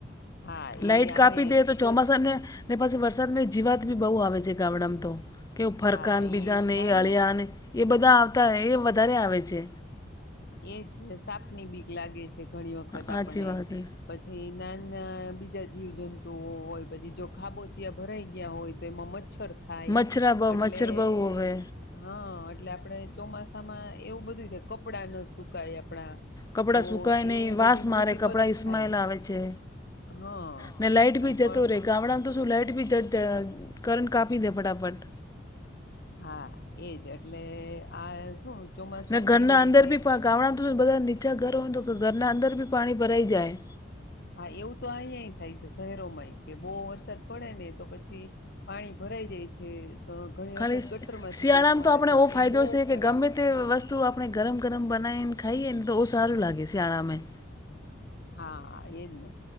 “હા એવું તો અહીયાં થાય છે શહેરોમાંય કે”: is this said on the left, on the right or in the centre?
Left